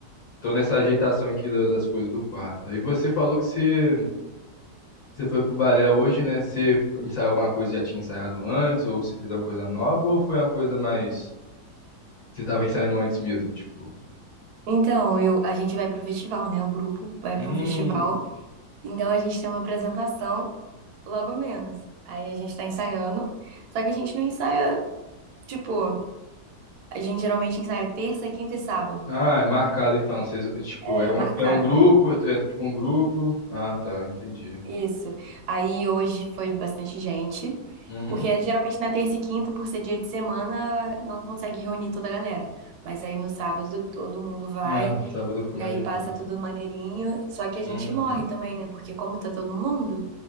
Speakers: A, on the left; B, on the right.
A: tô nessa ajeitação aqui da- das coisas do quarto. Aí você falou que você, você foi pro balé hoje, né? Você ensaiou alguma coisa que já tinha ensaiado antes, ou você fez uma coisa nova, ou foi uma coisa mais. Você tava ensaiando antes mesmo, tipo.
B: Então, eu, a gente vai pro festival, né? O grupo vai
A: Hum.
B: pra um festival. Então, a gente tem uma apresentação logo menos. Aí, a gente tá ensaiando. Só que a gente não ensaia, tipo, a gente geralmente ensaia terça, quinta e sábado.
A: Ah, é marcado então. Vocês, tipo,
B: É,
A: é um,
B: marcado.
A: é um grupo, é é tipo um grupo. Ah, tá, entendi.
B: Isso. Aí hoje foi bastante gente,
A: Uhum.
B: porque geralmente na terça e quinta, por ser dia de semana, não consegue reunir toda a galera. Mas aí no sábado todo mundo vai
A: É, sábado fica
B: e
A: mais
B: aí
A: de
B: passa
A: boa.
B: tudo maneirinho. Só que a gente
A: Uhum.
B: morre também, né? Porque como tá todo mundo,